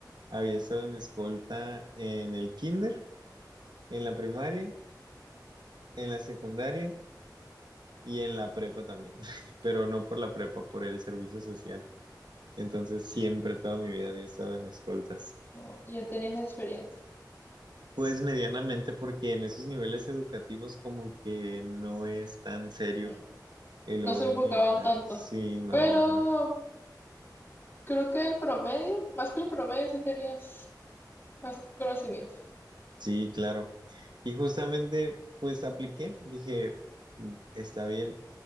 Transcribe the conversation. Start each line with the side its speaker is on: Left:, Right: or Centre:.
Right: Había estado en escolta en el kinder. en la primaria, en la secundaria y en la prepa también, <laughs> pero no por la prepa, por el servicio social. Entonces siempre toda mi vida había estado en escoltas.
Left: Oh, ya tenías experiencia.
Right: Pues medianamente porque en esos niveles educativos como que no es tan serio
Left: Mm.
Right: el
Left: No
Right: orden
Left: se enfocaban
Right: militar.
Left: tanto,
Right: Sí, no,
Left: pero
Right: no, no.
Left: creo que el promedio, más que el promedio, sí tenías más conocimiento.
Right: Sí, claro. Y justamente pues apliqué, dije, "Mm, está bien,